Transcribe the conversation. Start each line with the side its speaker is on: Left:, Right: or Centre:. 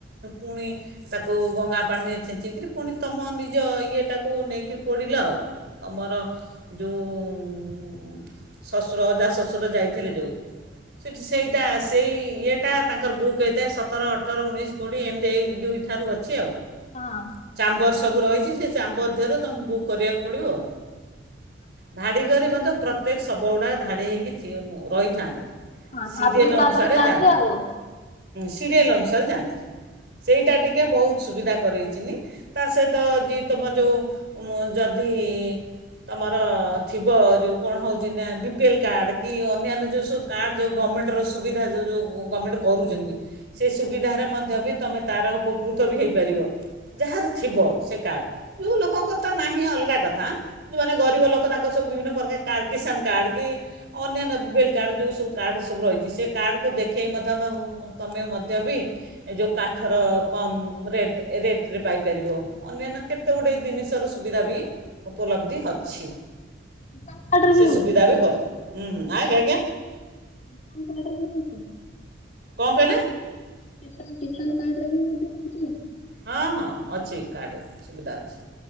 Right: ପୁଣି ତାକୁ ଗଙ୍ଗା ପାଣିରେ ଛେଞ୍ଚିକିରି ପୁଣି ତୁମ ନିଜ ଇଏଟାକୁ ନେଇକିରି ପଡ଼ିଲ ଆଉ ତମର ଯୋଉ <unintelligible> ଅଜା ଶ୍ୱଶୁରରେ ଯାଇଥିଲେ ଯେଉଁ ସେଠି ସେଇଟା ସେଇ ଇଏ ଟା ତାଙ୍କର ବୁକ୍ ହେଇଥାଏ ସତର ଅଠର ଉଣେଇଶ କୋଡ଼ିଏ ଏମ୍ ଡି ଏ ଦୁଇ ଠାରୁ ଅଛି ଆଉ।
Left: ହଁ।
Right: ଚାମ୍ବର ସବୁ ରହିଛି ସେ ଚାମ୍ବର ଦେହରେ ତୁମକୁ ବୁକ୍ କରିବାକୁ ପଡ଼ିବ ଆଉ। ଧାଡି କରି ମଧ୍ୟ ପ୍ରତ୍ୟେକ ଶବ୍ଦ କୋଡ଼ା ଧାଡ଼ି ହୋଇକି ଠି ରହିଥାନ୍ତି।
Left: ହଁ
Right: ସିରିଏଲ
Left: ତାପରେ ବି ତାପରେ
Right: ଅନୁସାରେ ଯାଆନ୍ତି
Left: ଆଉ
Right: ସିରିଏଲ ଅନୁସାରେ ଯାଆନ୍ତି ସେଇଟା ଟିକେ ବହୁତ ସୁବିଧା କରରେଇଚନ୍ତି ତା ସହିତ ଯ ତୁମ ଯେଉ ଯଦି ତମର ଥିବ ଯେ କଣ ହେଉଛି ନା ପି ବିପିଏଲ୍ କାର୍ଡ କି ଅନ୍ୟାନ୍ୟ ଯଉ ସୁ କାର୍ଡଉଁ ଗଭର୍ଣ୍ଣମେଣ୍ଟର ସୁବିଧାଉ ଗଭର୍ଣ୍ଣମେଣ୍ଟ କରୁଚନ୍ତି। ସେ ସୁବିଧାରେ ମଧ୍ୟ ବି ତମେ ତାର ଉପକୃତ ବି ହେଇପାରିବ। ଯାହାର ଥିବ ସେ କାର୍ଡ଼ ଯୌ ଲୋକଙ୍କତ ନାହିଁ ଅଲଗା କ ଆଁ ଯୋାନେ ଗରିବ ଲୋକ ତାଙ୍କ ସବୁ ବିଭିନ୍ନ ପ୍ରକାର କାର୍ କିଷାନ କାର୍ଡ କି ଅନ୍ୟାନ୍ୟ ଭଲ କାର୍ଡ଼ ଯେଉଁ ସବୁ କାର୍ଡ଼ ସବୁ ରହିଛି ସେ କାର୍ଡ଼କୁ ଦେଖେଇ ମଧ୍ୟ ତୁମେ ମଧ୍ୟ ବି ଯେଉଁ କାଠର କମ ରେ ରେଟରେ ପାଇପାରିବ। ଅନ୍ୟାନ୍ୟ କେତେ ଗୁଡଏ ଜିନିଷ ର ସୁବିଧା ବି ଉପଲବ୍ଧି ଅଛି
Left: କିଷାନ କାର୍ଡରେ
Right: ସେ
Left: ବି ହଉଛି।
Right: ସୁବିଧା ବି କରି ହୁଁ ହଁ ଆଜ୍ଞା ଆଜ୍ଞା।
Left: <unintelligible>
Right: କଣ କହିଲେ?
Left: କିଷାନ୍ କିଷାନ୍ କାର୍ଡ ରେ ବି ମଧ୍ୟ <unintelligible>
Right: ହଁ ହଁ ଅଛି କାର୍ଡ। ସୁବିଧା ଅଛି